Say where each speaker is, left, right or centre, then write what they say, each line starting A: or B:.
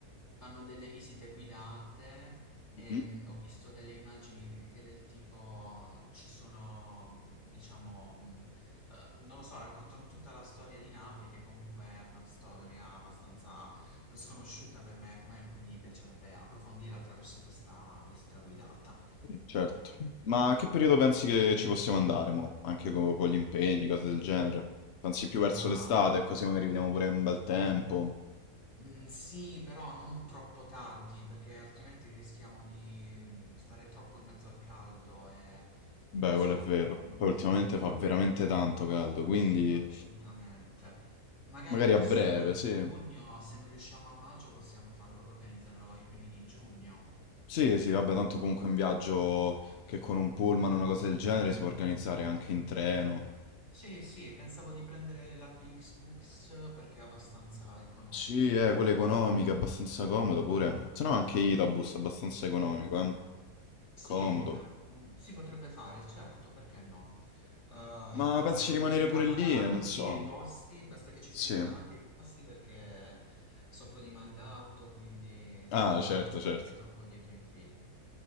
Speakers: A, on the left; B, on the left.
A: Hanno delle visite guidate, ehm,
B: Mhm,
A: ho Mm. visto delle immagini de- che del tipo ci sono, mh, diciamo, mh, eh, non lo so, raccontano tutta la storia di Napoli, che comunque è una storia abbastanza sconosciuta per me, eh, quindi piacerebbe approfondirla attraverso questa visita guidata.
B: Certo. Ma che periodo pensi che ci possiamo andare, mo? Anche co- con, gli impegni, cose del genere? Pensi più verso
A: Ma
B: l'estate, così magari vediamo pure un bel tempo.
A: mm, sì, però non troppo tardi, perché altrimenti rischiamo di mm, stare troppo in mezzo al caldo e
B: Beh,
A: penso
B: quello è vero.
A: che non
B: Poi
A: convenga.
B: ultimamente fa veramente tanto caldo,
A: Ass-
B: quindi
A: assolutamente. Magari
B: magari
A: verso
B: a breve,
A: maggio-giugno,
B: sì.
A: se non riusciamo a maggio, possiamo far organizzarlo ai primi di giugno.
B: Sì, sì, vabbè, tanto comunque un viaggio che con un pullman o una cosa del genere si può organizzare anche in treno.
A: Sì, sì, pensavo di prendere la Flixbooks perché è abbastanza economica.
B: Sì, eh, quella economica, abbastanza comodo pure. Se no anche Itabus, abbastanza economico, eh.
A: Sì,
B: Comodo.
A: eh, um, si potrebbe fare, certo, perché no? Eh,
B: Ma
A: basta
B: pensi
A: che
B: di rimanere
A: ci siamo
B: pure lì?
A: davanti
B: Eh, Non so.
A: ai posti, basta che ci
B: Sì.
A: siamo davanti ai posti perché soffro di mal d'auto, quindi
B: Ah,
A: evitiamo
B: certo,
A: di
B: certo.
A: stare troppo dietro in fila.